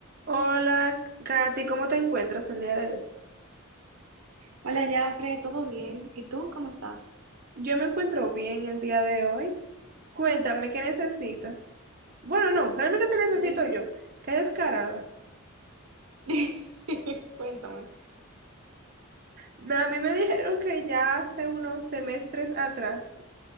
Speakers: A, on the right; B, on the right.
A: Hola, Katy, ¿cómo te encuentras el día de hoy?
B: Hola, Jafre, ¿todo bien? ¿Y tú cómo estás?
A: Yo me encuentro bien el día de hoy. Cuéntame, ¿qué necesitas? Bueno, no, realmente te necesito
B: Mi-
A: yo. Qué descarada.
B: <laughs> Cuéntame.
A: Me- A mí me dijeron que ya hace unos semestres atrás